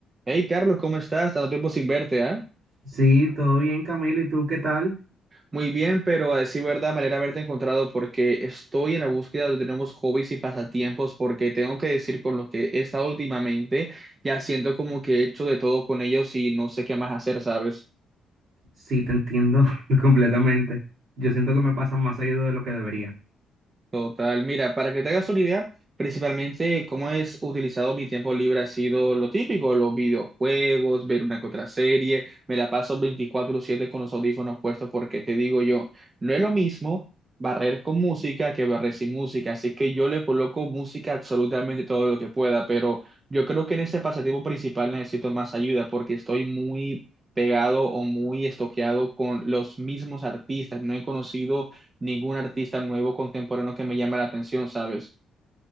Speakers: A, on the right; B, on the right.
A: Hey Carlos, ¿cómo estás? Tanto tiempo sin verte, ¿ah?
B: Sí, todo bien, Camilo. ¿Y tú qué tal?
A: Muy bien, pero a decir verdad, me alegra haberte encontrado porque estoy en la búsqueda de nuevos hobbies y pasatiempos porque tengo que decir con los que he estado últimamente, ya siento como que he hecho de todo con ellos y no sé qué más hacer, ¿sabes?
B: Sí, te entiendo <laughs> completamente. Yo siento que me pasan más seguido de lo que debería.
A: Total, mira, para que te hagas una idea, principalmente cómo es utilizado mi tiempo libre ha sido lo típico, los videojuegos, ver una que otra serie, me la paso 24/7 con los audífonos puestos porque te digo yo, no es lo mismo barrer con música que barrer sin música, así que yo le coloco música absolutamente todo lo que pueda, pero yo creo que en ese pasatiempo principal necesito más ayuda porque estoy muy pegado o muy estoqueado con los mismos artistas, no he conocido ningún artista nuevo contemporáneo que me llame la atención, ¿sabes?